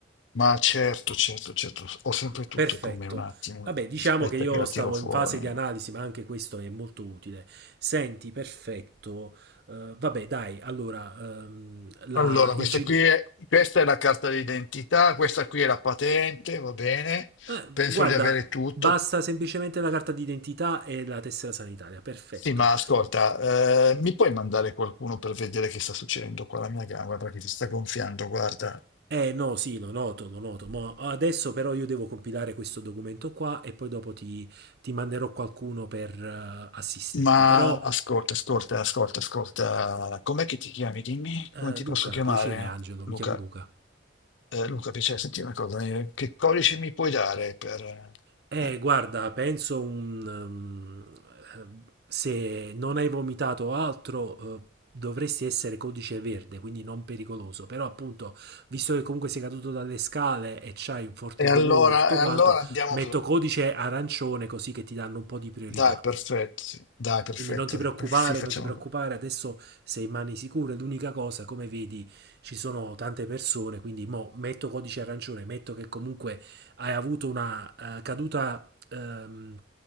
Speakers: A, on the left (about 80°); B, on the right (about 55°).
A: Ma certo, certo, certo, ho sempre tutto
B: Perfetto.
A: con me, un attimo,
B: Vabbè, diciamo
A: aspetta
B: che io
A: che la
B: stavo
A: tiro fuori.
B: in fase di analisi, ma anche questo è molto utile. Senti, perfetto. Eh, vabbè, dai, allora, ehm, la,
A: Allora, questa
B: il G...
A: qui è, questa è la carta d'identità, questa qui è la patente, va bene?
B: eh,
A: Penso
B: guarda,
A: di avere tutto.
B: basta semplicemente la carta d'identità e la tessera sanitaria. Perfetto.
A: Sì, ma ascolta, eh, mi puoi mandare qualcuno per vedere che sta succedendo qua alla mia gamba perché si sta gonfiando, guarda.
B: Eh no, sì, lo noto, lo noto. Mo adesso però io devo compilare questo documento qua e poi dopo ti, ti manderò qualcuno per eh, assisterti.
A: Ma
B: Però,
A: ascolta, ascolta, ascolta, ascolta. Com'è che ti chiami? Dimmi
B: eh,
A: come ti
B: Luca,
A: posso chiamare,
B: piacere, Angelo,
A: Luca.
B: mi chiamo Luca.
A: Eh, Luca, piacere, senti una cosa, eh, che codice mi puoi dare per...
B: Eh,
A: eh?
B: guarda, penso un... um, eh, se non hai vomitato altro, eh, dovresti essere codice verde, quindi non pericoloso. Però appunto, visto che comunque sei caduto dalle scale e c'hai un forte
A: E allora,
B: dolore, tutto
A: e allora
B: quanto,
A: andiamo
B: metto
A: su.
B: codice arancione così che ti danno un po' di priorità.
A: Dai, perfetto. sì. Dai, perfetto.
B: Quindi non ti preoccupare,
A: Sì, facciamo.
B: non ti preoccupare, adesso sei in mani sicure. L'unica cosa, come vedi, ci sono tante persone, quindi mo metto codice arancione, metto che comunque hai avuto una eh, caduta ehm,